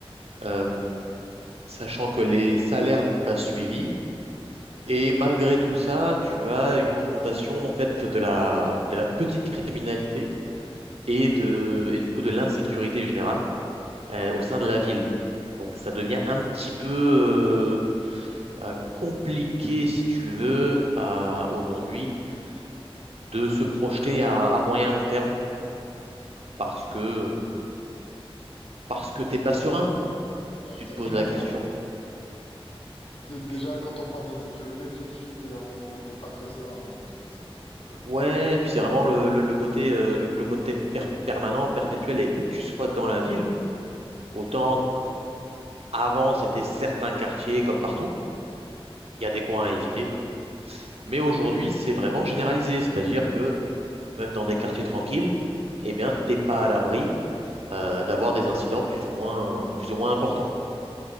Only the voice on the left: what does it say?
Ouais,
bah, exactement,
ouais. Dé- déjà,
quand on parle d'insécurité, tout de suite, euh, on est, on n'est pas très serein, hein, de toute façon.